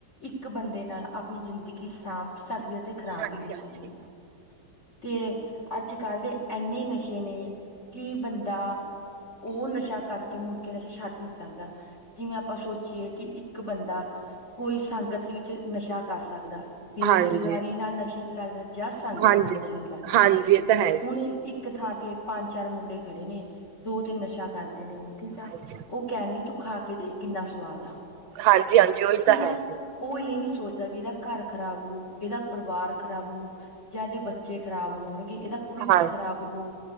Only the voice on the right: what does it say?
ਹਾਂਜੀ
ਹਾਂਜੀ
ਹਾਂਜੀ
ਹਾਂਜੀ
ਹਾਂਜੀ ਹਾਂਜੀ ਇਹ ਤਾਂ ਹੈ ਜੀ
ਹਾਂਜੀ
ਹਾਂਜੀ ਹਾਂਜੀ ਉਹੀ
ਤਾਂ ਹੈ
ਜੀ
ਹਾਂ